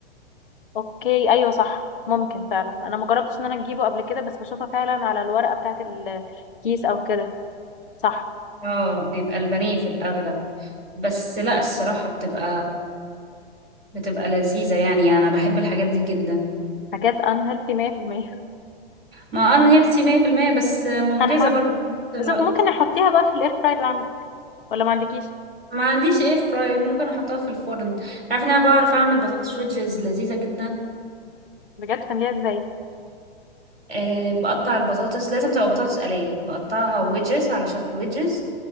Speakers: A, on the left; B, on the right.
A: أوكي أيوة صح ممكن فعلا أنا مجربتش إن أنا أجيبه قبل كده بس بشوفها فعلا على الورقة بتاعة الكيس أو كده صح
B: اه بيبقى البانيه في الأغلب بس لا الصراحة بتبقى بتبقى لذيذة يعني أنا بحب الحاجات دي جدا
A: حاجات unhealthy 100%
B: ما أن هيلثي 100% بس منجزة
A: هنحط
B: برضه في نفس الوقت
A: بس ممكن نحطيها بقى في الاير فراير اللي عندك ولا ما عندكيش؟
B: ما عنديش اير فراي ممكن أحطها في الفرن عارفة إن أنا بعرف أعمل بطاطس ويدجز لذيذة جدا
A: بجد بتعمليها ازاي
B: أه بقطع البطاطس لازم تبقى بطاطس قلية بقطعها ويدجز على شكل ويدجز